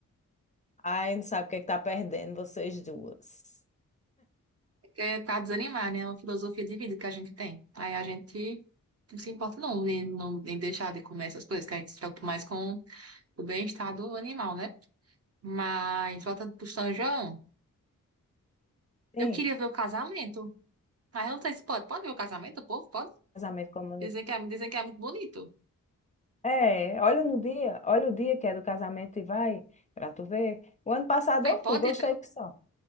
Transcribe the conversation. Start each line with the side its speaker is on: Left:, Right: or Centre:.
Left: Ai, não sabe o que é que tá perdendo, vocês duas.
Right: É pra desanimar, né? É uma filosofia de vida que a gente tem. Aí a gente não se importa não, em, não, em deixar de comer essas coisas, que a gente se preocupa mais com o bem-estar do animal, né? Mas, volta pro São João,
Left: Sim,
Right: eu queria ver o casamento. Mas eu não sei se pode. Pode ver o casamento, o povo? Pode?
Left: casamento comunitário.
Right: Dizem que é, dizem que é muito bonito.
Left: É, olha no dia, olha o dia que é do casamento e vai, pra tu ver. O ano passado
Right: Aí
Left: eu fui,
Right: pode?
Left: gostei que só.